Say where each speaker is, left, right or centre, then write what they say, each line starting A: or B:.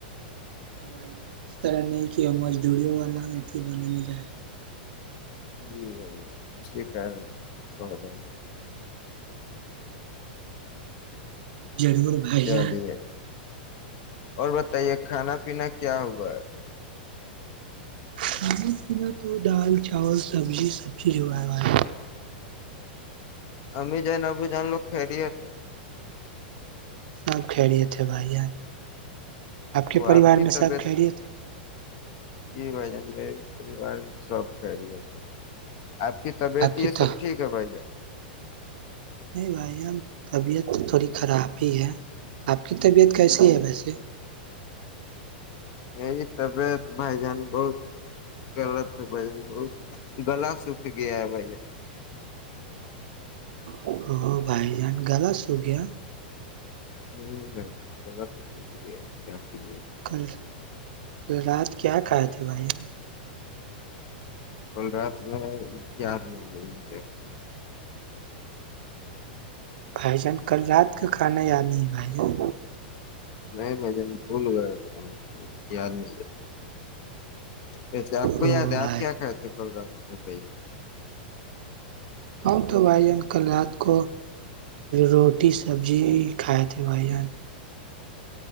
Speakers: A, on the right; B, on the left.
A: ہاں بھائی اس طرح نہیں کہ مزدوریوں والاتی والے نہیں ج
B: جی بھیا اس لیے کہ پ رہے ہیں
A: ضرور بھائییا
B: چلیے اور بتائیے کھانا پینا کیا ہوا ہے
A: کانو پینا تو دال چاول سبزی سب چی اگائے وال
B: امی جین ابو جین لوگ خھیری تھ
A: سانپ کریے تھے بھائی جان کے
B: وہ
A: پریوار
B: آپ کی
A: میں
B: طبیعت
A: سب خیریت ہے
B: جی بھائی جان میرے پریوار میں سب کہہ رہے تھے آپ کی طبیعت
A: آپ
B: یہ
A: کی تو
B: سب ٹھیک ہے بھائی جان
A: نہیں بھائی ان طبیعت تو تھوڑی خراب ہی ہے آپ کی طبیعت کیسی ہے ویسے
B: نہیں تبعت بھائی جان بہت غلط ہے بھ جان بہت گلا سکھ گیا ہے بھائی جان
A: ا بھائی جان گلا سو گیا
B: ہ نہیں گلا تو شروع ہو گیا جاں پ لے
A: کل کل رات کیا کہے تھے بھائی یہاں
B: کول رات میں یاد نہیں مل کیا
A: بھائی جان کل رات کا کھانا یاد نہیں بھائی جان
B: نہیں بھ جن بھول گیا یاد نہیں کیا ویسے آپ کو
A: او
B: یاد ہے
A: بھائی
B: آپ کیا کہتے ہیں کل رات کو بھائی
A: ہم تو بھائی جان کل رات کو روٹی سبزی کھائے تھے بھائی جان